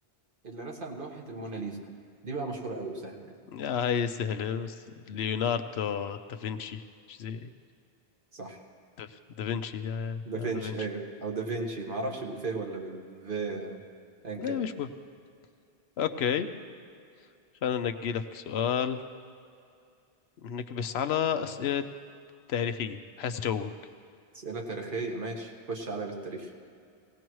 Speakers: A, on the right; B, on the left.
A: اللي رسم لوحة الموناليزا دي بقى مشهورة قوي وسهلة يعني
B: يا هاي سهلة بس ليوناردو دافنشي شو زي
A: صح
B: داف- دافنشي يا يا
A: دافنشي
B: يا دافنشي
A: ايوه او دافنشي ما اعرفش بالف ولا بالف ان
B: لا
A: كان
B: مش مهم اوكي خلينا ننجي لك سؤال نكبس على أسئلة تاريخية حس جوك
A: اسئلة تاريخية ماشي خش على بالتاريخ